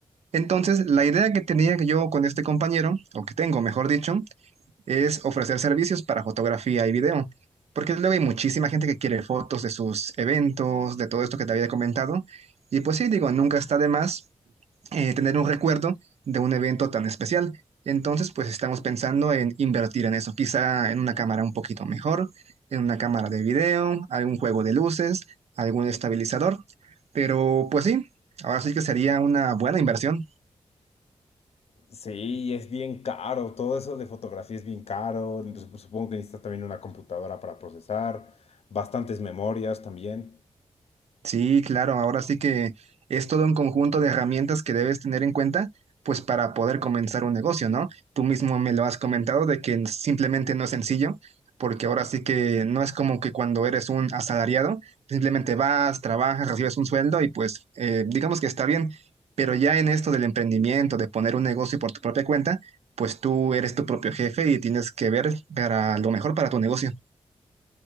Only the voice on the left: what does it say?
Sí, y es bien caro, todo eso de fotografía es bien caro, sup- supongo que necesitas también una computadora para procesar, bastantes memorias también.